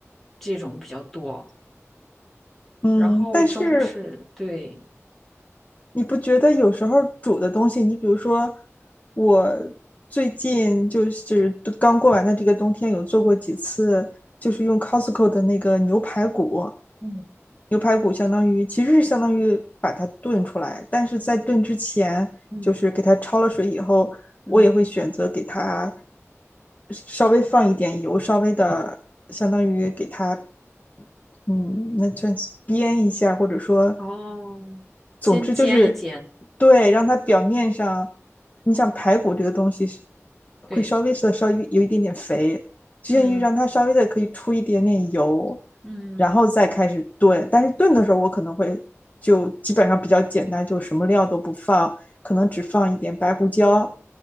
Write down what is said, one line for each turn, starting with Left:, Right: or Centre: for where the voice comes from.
Centre: 这种比较多。
Left: 嗯，
Centre: 然后中式，
Left: 但是
Centre: 对，
Left: 你不觉得有时候煮的东西，你比如说我最近就是刚过完的这个冬天，有做过几次，就是用 Costco 的那个牛排骨。
Centre: 嗯
Left: 牛排骨相当于其实是相当于把它炖出来，但是在炖之前，
Centre: 嗯
Left: 就是给它焯了水以后，
Centre: 嗯，
Left: 我也会选择给它稍微放一点油，稍微的相当于给它嗯，那就编一下，或者说，
Centre: 哦，先煎一煎，
Left: 总之就是对，让它表面上，你像排骨这个东西是会稍微的稍微有一点点肥，
Centre: 对，
Left: 就限于让它稍微的可以出一点点油，
Centre: 嗯嗯，
Left: 然后再开始炖。但是炖的时候，我可能会就基本上比较简单，就什么料都不放，可能只放一点白胡椒，